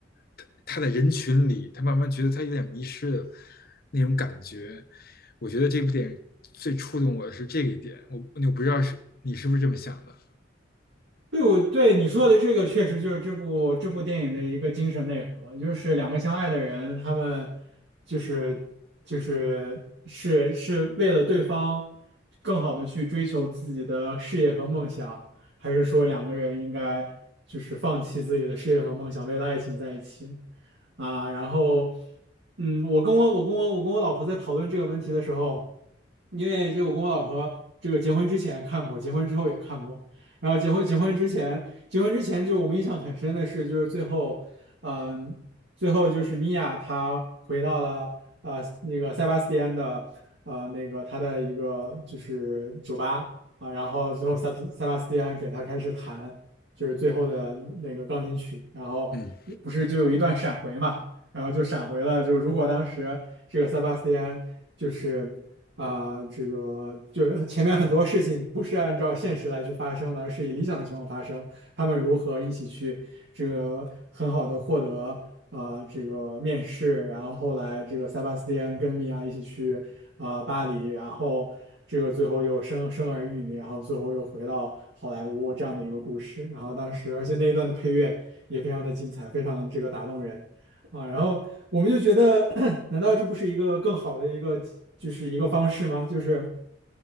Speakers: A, on the left (about 50°); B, on the right (about 65°).
A: 他他在人群里，他慢慢觉得他有点迷失的那种感觉。我觉得这部电影最触动我的是这一点，我我不知道是你是不是这么想的。
B: 对，我对你说的这个确实就是这部这部电影的一个精神内核，就是两个相爱的人，他们就是就是是是为了对方更好的去追求自己的事业和梦想，还是说两个人应该就是放弃自己的事业和梦想，为了爱情在一起啊？然后，嗯，我跟我我跟我我跟我老婆在讨论这个问题的时候，因为这个我跟我老婆这个结婚之前看过，结婚之后也看过。然后结婚结婚之前，结婚之前就我们印象很深的是，就是最后，嗯，最后就是米娅她回到了呃那个塞巴斯蒂安的呃那个他的一个就是酒吧啊，然后最后塞塞巴斯蒂安给他开始弹就是最后的那个钢琴曲，然后不是就有一段闪回嘛，
A: 嗯，
B: 然后就闪回了，就如果当时这个塞巴斯蒂安。就是。啊，这个就前面很多事情不是按照现实来去发生的，而是以理想的情况发生。他们如何一起去这个很好的获得啊，这个面试，然后后来这个塞巴斯蒂安跟米娅一起去啊、呃巴黎，然后这个最后又生生儿育女，然后最后又回到好莱坞这样的一个故事。然后当时而且那一段的配乐也非常的精彩，非常这个打动人。啊，然后我们就觉得，难道这不是一个更好的一个就是一个方式吗？就是